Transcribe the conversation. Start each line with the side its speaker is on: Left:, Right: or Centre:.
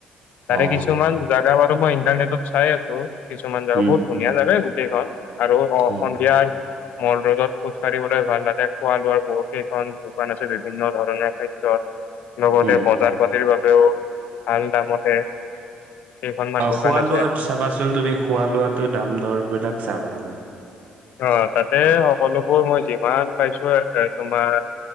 Left: তাৰে
Right: অ
Left: কিছুমান জেগা বাৰু মই ইন্টাৰনেটত চাই আছো কিছুমান জেগা
Right: উম
Left: বহুত ধুনীয়া। ধুনীয়া জাগাই গোটেইখন আৰু অ
Right: হয়
Left: সন্ধিয়া মল ৰদত খোজ কঢ়িবলৈ ভাল তাতে খোৱা লোৱাৰ বহু কেইখন দোকান আছে বিভিন্ন ধৰণৰ খাদ্যৰ লগতে
Right: উম
Left: বজাৰ পাতিৰ বাবেও ভাল দামতে। কেইখনমান
Right: অ
Left: দোকান
Right: খোৱা
Left: আছে
Right: লোৱা চাবাচোন খোৱা লোৱাটো দৰবলাক চাবা অলপ।
Left: অ তাতে সকলোবোৰ মই যিমান পাইছো এ তোমাৰ